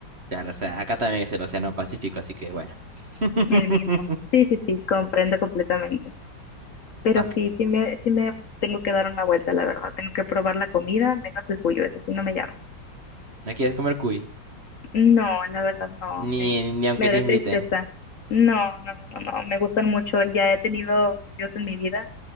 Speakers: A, on the right; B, on the left.
A: Claro, o sea, acá también es el Océano Pacífico, así que bueno. <laughs>
B: El mismo. Sí, sí, sí, comprendo completamente. Pero
A: Aunque
B: sí, sí me, sí me tengo que dar una vuelta, la verdad. Tengo que probar la comida, menos el cuyo, eso sí no me llama.
A: no quieres comer cuy,
B: No, la verdad no, me,
A: ni, ni aunque
B: me daré
A: te inviten.
B: tristeza. No, no, no, no, no, me gustan mucho. Ya he tenido cuyos en mi vida